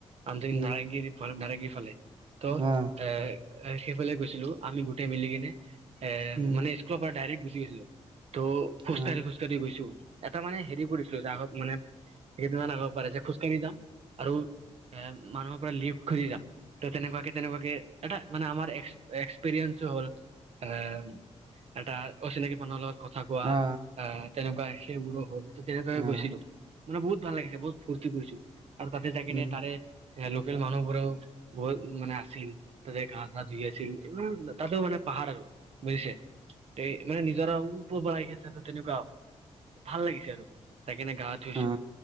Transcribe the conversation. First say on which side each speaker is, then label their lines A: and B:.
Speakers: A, on the right (about 60°); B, on the right (about 45°).
A: আম
B: উম
A: নাৰংগিফ নাৰংগিৰ ফালে ত
B: অ
A: এ সেইফালে গৈছিলো আমি গোটেই মিলি কিনে এ
B: উম
A: মানে স্কুলৰ পৰা ডাইৰেক্ট গুচি গৈছো টো খোজকাঢ়ি
B: অ
A: খোজকাঢ়ি গৈছো এটা মানে হেৰি কৰিছিলো যে আক মানে স কেইদান আগিব পাৰে যে খোজকাঢ়ি যাম আৰু এ মানুহৰ পৰা লিফ্ট খুজি যাম ত তেনেকুৱাকে তেনেকুৱকে এটা মানে আমাৰ এক্ এক্সপীৰিয়েন্ঞ্চো হ'ল আহ এটা অচিনাকি মানুহৰ লগত কথা কোৱা আহ
B: অ
A: তেনেকুৱা সেইবোৰো হ'ল ত তেনেকে
B: অ
A: গৈছিলো মানে বহুত ভাল লাগিছে বহুত ফুৰ্তি কৰিছো আৰু তাতে যাকিনে
B: উম
A: তাৰে এ <unintelligible> ল মানুহবোৰও বহুত মানে আছিল তাতে ঘাঁ চা ধুই আছিল তাতো মানে পাহাৰ আৰু বুজিছে তে মানে নিজৰ ওপৰ পৰা আহি আছে ত তেনেকুৱা ভাল লাগিছে আৰু তাইকাৰনে গা ধুইছো
B: অ